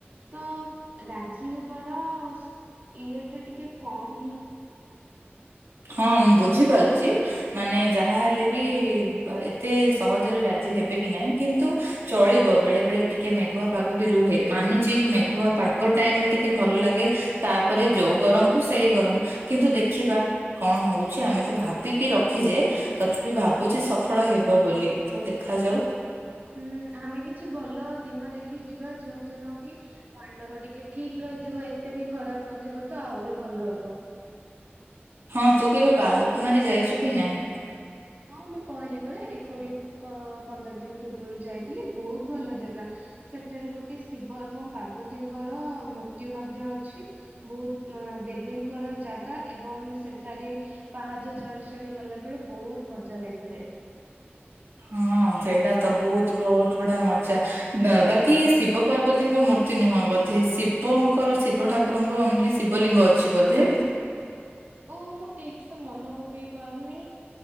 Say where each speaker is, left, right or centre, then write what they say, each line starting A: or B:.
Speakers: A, on the right (about 45°); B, on the right (about 75°).
A: ତ ରାଜି ହେବାର ସ ଇଏ ଟା ଟିକେ କମ୍ ହିଁ।
B: ହଁ ବୁଝିପାରୁଚି ମାନେ ଯାହା ହେଲେବି ପାରେ। ଏତେ ସହଜରେ ରାଜି ହେବେ କି ନାହିଁ କିନ୍ତୁ ଚଳିବ ବେଳେ ବେଳେ ଟିକେ ମେଘୁଆ ପାଗ ବି ରୁହେ। ମାନୁଚି ମେଘୁଆ ପାଗ ଟାଇମ ରେ ଟିକେ ଭଲ ଲାଗ ତାପରେ ଯୋଉ ଗରମକୁ ସେଇ ଗରମ କିନ୍ତୁ। କିନ୍ତୁ ଦେଖିବା କଣ ହଉଛି ଆମେ ତ ଭାବିକି ରଖିଛେ ତଥାପି ଭାବ ଭାବୁଛି ସଫଳ ହେବ ବୋଲି ତ ଦେଖାଯାଉ।
A: ହୁଁ ଆମେ କିଛି ଭଲ ଦିନ ଦେଖି ଯିବା ଯୋଉ ଦିନ କି ପାଣିପାଗ ଟିକେ ଠିକ ରହିଥିବ ଏତେ ବି ଖରାପ ନ ଥିବ ତ ଆହୁରି ଭଲ ହବ।
B: ହଁ ତୁ କେବେ ବାଳକୁମାରୀ ଯାଇଛୁ କି ନାହିଁ।
A: ହଁ ମୁଁ କହିଲି ପରା। ଏ କୋଡିଏ ପ-ପନ୍ଦର ଦିନ ପୂର୍ବରୁ ଯାଇଥିଲି ବହୁତ ଭଲ ଜାଗା ସେଠାରେ ଗୋଟେ ଶି ବ ଏବଂ ପାର୍ବତୀଙ୍କର ମୂର୍ତ୍ତି ମଧ୍ୟ ଅଛି ବହୁତ ଦେବୀଙ୍କର ଜାଗା। ଏବଂ ସେଠାରେ ପାହାଚ ଚଢି ଚଢି ଗଲା ବେଳେ ବହୁତ। ମଜା ଲାଗିଥାଏ।
B: ହଁ ସେଇଟା ତ ବହୁତ ବହୁତ ବଢିଆ ମଜା ବା-ବାକି ଶିବ ପାର୍ବତୀଙ୍କ ମୂ ତି ନୁହଁ ବୋଧେ ଶିବ ଙ୍କର ଶିବ ଠାକୁରଙ୍କ ଓନ୍ଲି ଶିବଲିଙ୍ଗ ଅଛି ବୋଧେ।
A: ଓ ମୁଁ ଠିକ ମନେ ପକେଇ ପାରୁନି